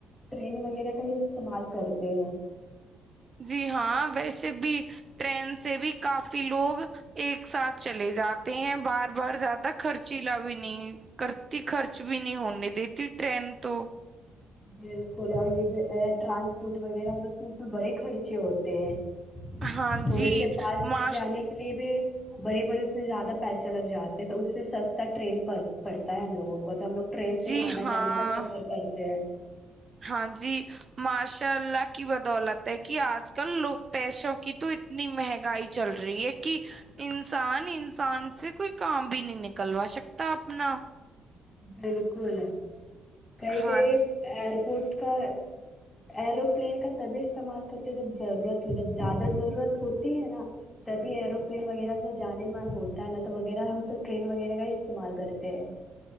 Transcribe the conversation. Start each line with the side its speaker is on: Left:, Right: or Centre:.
Left: ٹرین وغیرہ کا ہی استعمال کرتے ہیں
Right: جی ہاں ویسے بھی ٹرین سے بھی کافی لوگ ایک ایک ساتھ چلے جاتے ہیں بار بار زیادہ خرچیلا بھی نہیں کرتی خرچ بھی نہیں ہونے دیتی ٹرین تو
Left: بالکل اور یہ جو ٹرانسپورٹ وغیرہ ہو تو اس میں اس میں بڑے خرچے ہوتے ہیں
Right: ہاں
Left: تھوڑے
Right: جی
Left: سے پاس میں
Right: ماس
Left: جانے کے لیے بھی بڑے بڑے اس میں زیادہ پیسے لگ جاتے ہیں تو اس سے سستا ٹرین پڑتا ہے ہم لوگوں کو تو ہم لوگ ٹرین سے
Right: جی
Left: ہی آنا
Right: ہاں
Left: جانے کا سفر کرتے ہیں
Right: ہاں جی ماشاء اللہ کی بدولت ہے کہ آج کلوگ پیسوں کی تو اتنی مہنگائی چل رہی ہے کہ انسان انسان سے کوئی کام بھی نہیں نکلوا سکتا اپنا
Left: جلکوول کہئی
Right: ہاں
Left: کہئی
Right: جی
Left: ایئرپورٹ کا ایروپلین کا تبھی استعمال کرتے جب ضرورت ہے جب زیادہ ضرورت ہوتی تی ہے نا تبھی ہے ر پلین وغیرہ سے جانے میں ہوتا ہے نا تو وغیرہ ہم تو ٹرین وغیرہ کا ہی استعمال کرتے ہیں